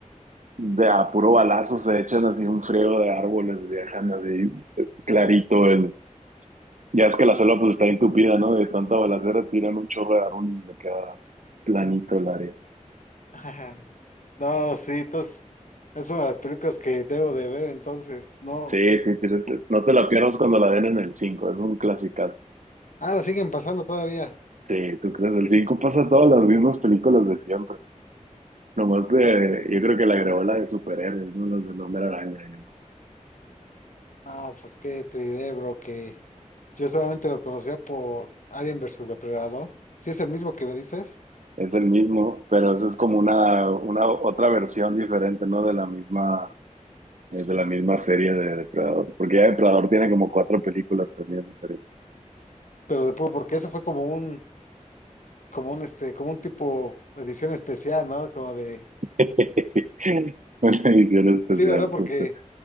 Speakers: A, on the right; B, on the left.
A: de a puro balazo se echan así un frío de árboles, dejan así eh, clarito el, Ya es que la selva pues está entupida, ¿no? De tanta balacera tiran un chorro de árboles y se queda planito el área.
B: Ajá. No, sí, entonces es una de las películas que debo de ver entonces. No.
A: Sí, sí, tienes- no te la pierdas cuando la den en el 5 es un clasicazo.
B: Ah, la siguen pasando todavía.
A: Sí, tú crees, el 5 pasa todas las mismas películas de siempre. Nomás que yo creo que la grabó la de superhéroes, ¿no? Las del Hombre Araña. y eso.
B: No, pues qué te diré, bro, que yo solamente lo conocía por Alien versus Depredador. Sí es el mismo que me dices,
A: Es el mismo, pero eso es como una, una otra versión diferente, ¿no? De la misma, eh, de la misma serie de Depredador. Porque ya Depredador tiene como cuatro películas también diferentes
B: pero después porque eso fue como un, como un este, como un tipo edición especial, ¿no? Como de,
A: <laughs> Una edición especial,
B: sí, ¿verdad? Porque
A: justo.